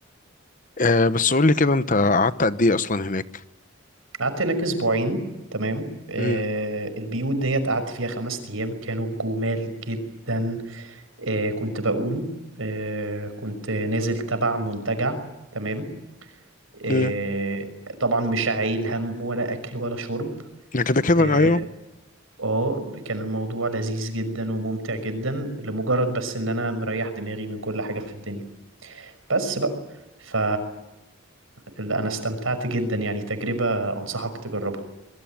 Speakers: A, on the left; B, on the right.
A: آه بس قول لي كده أنت قعدت قد إيه أصلا هناك؟
B: قعدت هناك اسبوعين تمام آه،
A: مم.
B: البيوت ديت قعدت فيها خمس ايام كانوا جمال جدا آه، كنت بقوم آه، كنت نازل تبع منتجع تمام آه،
A: مم.
B: طبعا مش عايل هم ولا أكل ولا شرب
A: ده كده كده
B: اه
A: أيوه
B: آه، كان الموضوع لذيذ جدا وممتع جدا لمجرد بس إن أنا مريح دماغي من كل حاجة في الدنيا بس بقى ف لا، أنا استمتعت جدا يعني تجربة أنصحك تجربها